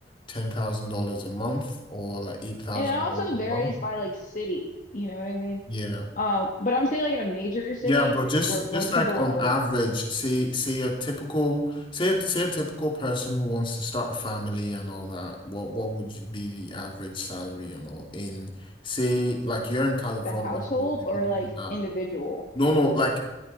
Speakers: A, on the left; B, on the left.
A: ten thousand dollars a month or like eight thousand
B: And it also
A: dollars a
B: varies
A: month?
B: by like city, you know what I mean?
A: Yeah.
B: Uh, but I'm saying like in a major city
A: Yeah, but just
B: where most
A: just like
B: people
A: on
B: want to live
A: average, say say a typical say a, say a typical person who wants to start a family and all that, what what would you be the average salary and all in say like you're in California,
B: the household
A: so we
B: or
A: could use
B: like
A: that.
B: individual.
A: No, no, like